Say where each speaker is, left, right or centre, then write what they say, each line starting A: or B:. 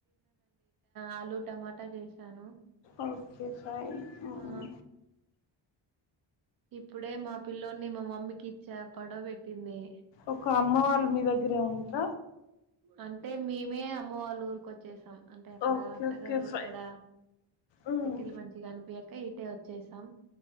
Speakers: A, on the right; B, on the left.
A: ఆలుూ టమాటా చేసాను
B: ఓకే ఫైన్ ఉమ్
A: ఆ ఇప్పుడే మా పిల్లోని మా మమ్మీకి ఇచ్చా ఫోటో పెటింది
B: ఒక అమ్మ వాళ్ళు మీ దగ్గరే ఉంట
A: అంటే మేమే అమ్మ వాళ్ళ ఊరికు వచ్చేసాం అంటే అక్కడ
B: ఓకే
A: అత్తగారు
B: ఓకే
A: ఊరుక్కడ
B: ఫైన్ ఉమ్,
A: సెటిలు మంచిగా అనిపి <inaudible> ఇటే వచ్చేసాం